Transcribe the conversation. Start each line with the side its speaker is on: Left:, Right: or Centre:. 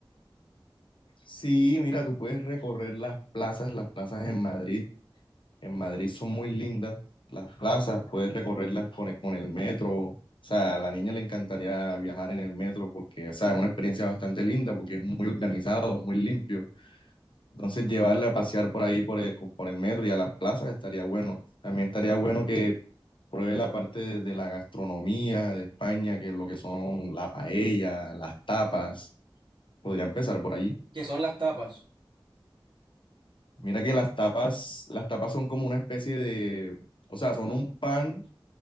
Left: Sí, mira, tú puedes recorrer las plazas, las plazas en Madrid. En Madrid son muy lindas las plazas, puedes recorrerlas con el, con el metro. O sea, a la niña le encantaría viajar en el metro porque, o sea, es una experiencia bastante linda porque es muy organizado, es muy limpio. Entonces llevarla a pasear por ahí, por el, por el metro y a las plazas estaría bueno. También estaría bueno que pruebe la parte de, de la gastronomía de España, que es lo que son la paella, las tapas. Podría empezar por allí.
Right: ¿Qué son las tapas?
Left: Mira que las tapas, las tapas son como una especie de, o sea, son un pan